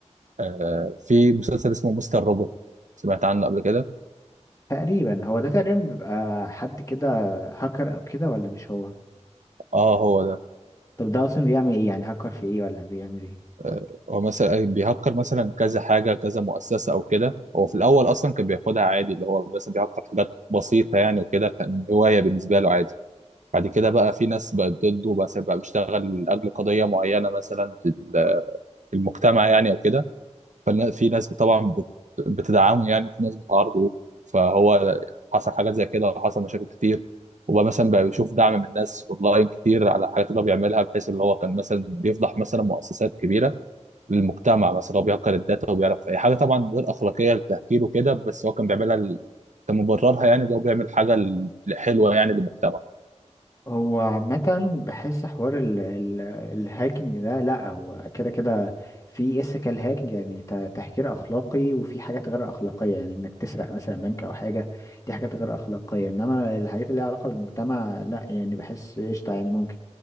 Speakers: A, on the right; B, on the left.
A: آه في مسلسل اسمه مستر روبوت سمعت عنه قبل كده
B: تقريبا هو ده تقريبا بيبقى حد كده هاكر او كده ولا مش هو
A: اه هو ده
B: طب ده اصلا بيعمل ايه يعني هاكر في ايه ولا بيعمل ايه
A: آه هو مثلا بيهكر مثلا كذا حاجه كذا مؤسسه او كده هو في الاول اصلا كان بياخدها عادي اللي هو بس بيهكر حاجات بسيطه يعني وكده كان هوايه بالنسبه له عادي بعد كده بقى في ناس بقت ضده بس بقى بيشتغل لاجل قضيه معينه مثلا في ال- في المجتمع يعني او كده ففي ناس طبعا بت- بتدعمه يعني وفي ناس بتعارضه فهو حصل حاجات زي كده وحصل مشاكل كتير وبقى مثلا بقى بيشوف دعم من الناس اونلاين كتير على الحاجات اللي هو بيعملها بحيث اللي هو كان مثلا بيفضح مثلا مؤسسات كبيره للمجتمع مثلا هو بيهكر الداتا وبيعرف اي حاجه طبعا غير اخلاقيه للتهكير وكده بس هو كان بيعملها ل- كان مبررها يعني اللي هو بيعمل حاجه ل- حلوه يعني للمجتمع
B: هو عامة بحس حوار ال ال الهاكينج ده لا هو كده كده في ethical هاكينج يعني ت- تهكير أخلاقي وفي حاجات غير أخلاقية يعني إنك تسرق مثلا بنك أو حاجة دي حاجات غير أخلاقية إنما الحاجات اللي ليها علاقة بالمجتمع لا يعني بحس قشطة يعني ممكن